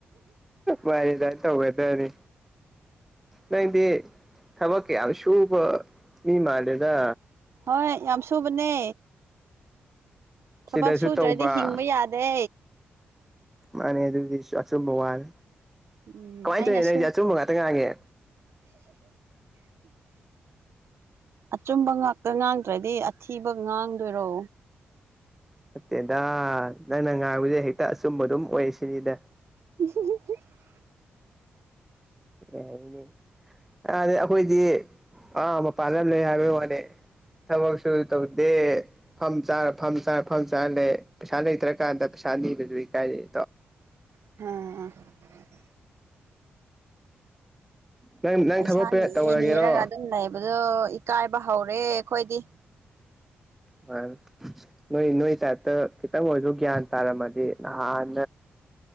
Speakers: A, in the centre; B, on the right.
A: ꯃꯥꯅꯤꯗ ꯇꯧꯒꯗꯕꯅꯤ ꯅꯪꯗꯤ ꯊꯕꯛ ꯌꯥꯝ ꯁꯨꯕ ꯃꯤ ꯃꯥꯜꯂꯦꯗ
B: ꯍꯣꯏ ꯌꯥꯝ ꯁꯨꯕꯅꯦ ꯊꯕꯛ
A: ꯁꯤꯗꯁꯨ
B: ꯁꯨꯗ꯭ꯔꯗꯤ
A: ꯇꯧꯕ
B: ꯍꯤꯡꯕ ꯌꯥꯗꯦ
A: ꯃꯥꯅꯦ ꯑꯗꯨꯗꯤ ꯑꯆꯨꯝꯕ ꯋꯥꯜ
B: ꯎꯝ
A: ꯀꯃꯥꯏꯅ
B: ꯑꯩꯅꯁꯨ
A: ꯇꯧꯔꯤ ꯅꯁ ꯑꯆꯨꯝꯕ ꯉꯥꯛꯇ ꯉꯥꯛꯒꯦ
B: ꯑꯆꯨꯝꯕ ꯉꯥꯛꯇ ꯉꯥꯡꯗ꯭ꯔꯗꯤ ꯑꯊꯤꯕ ꯉꯥꯡꯗꯣꯏꯔꯣ
A: ꯐꯠꯇꯦꯗ ꯅꯪꯅ ꯉꯥꯡꯕꯁ ꯍꯦꯛꯇ ꯑꯆꯨꯝꯕ ꯑꯗꯨꯝ ꯑꯣꯏꯁꯤꯅꯤꯗ
B: <inaudible>
A: ꯑ ꯏꯅꯦ ꯑꯗ ꯑꯩꯈꯣꯏꯗꯤ ꯑꯥ ꯃꯄꯥꯟ ꯂꯝ ꯂꯩ ꯍꯥꯏꯕꯒꯤ ꯋꯥꯅꯤ ꯊꯕꯛꯁꯨ ꯇꯧꯗꯦ ꯐꯝ ꯆꯥꯔ ꯐꯝ ꯆꯥꯔ ꯐꯝ ꯆꯥꯔ ꯂꯩ ꯄꯩꯁꯥ ꯂꯩꯇ꯭ꯔꯀꯥꯟꯗ ꯆꯥꯟꯅꯤ ꯀꯥꯏ ꯂꯩ
B: ꯑ
A: ꯅꯪ ꯅꯪ
B: ꯄꯩꯁꯥ
A: ꯊꯕꯛ
B: ꯅꯤꯏ
A: ꯇꯧꯔꯒꯦꯔꯣ
B: ꯅꯤꯔꯒ ꯑꯗꯨꯝ ꯂꯩꯕꯗꯣ ꯏꯀꯥꯏꯕ ꯍꯧꯔꯦ ꯑꯩꯈꯣꯏꯗꯤ
A: ꯑ ꯅꯣꯏ ꯅꯣꯏ ꯇꯥꯏꯞꯇ ꯈꯤꯇꯪ ꯑꯣꯏꯔꯁꯨ ꯒ꯭ꯌꯥꯟ ꯇꯥꯔꯝꯃꯗꯤ ꯅꯍꯥꯟ